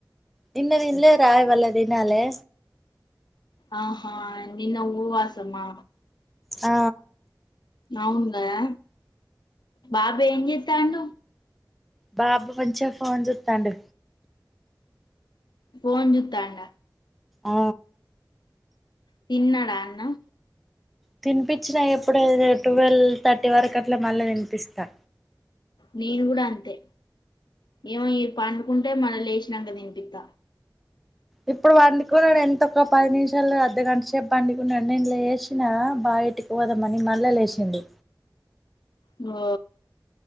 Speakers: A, in the centre; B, on the left.
A: నిన్నతినలేరా ఈ వల్లె దినాలే
B: ఆహా నిన్న ఊవాసమ్మా
A: ఆ
B: అవును కదా బాబు ఏం చేస్తాండు
A: బాబు పంచ ఫోన్ జుత్తండు
B: ఫోన్ జుత్తండ
A: ఆ
B: తిన్నాడా అన్నం
A: తినిపించిన ఎప్పుడే ట్వెల్వ్ థర్టీ వరకు అట్లా మళ్ళీ తినిపిస్తా
B: నేను కూడా అంతే ఏమో ఈ పండుకుంటే మళ్ళ లేచినాంక దీనిపిత్త
A: ఇప్పుడు పండుకున్నాడు ఎంతొ ఒక పది నిమిషాలు అర్ధ గంట సేపు పండుకున్నాడు నేన్ లేశినా బాయటికి పోదమని మళ్ళ చేసిండూ
B: బా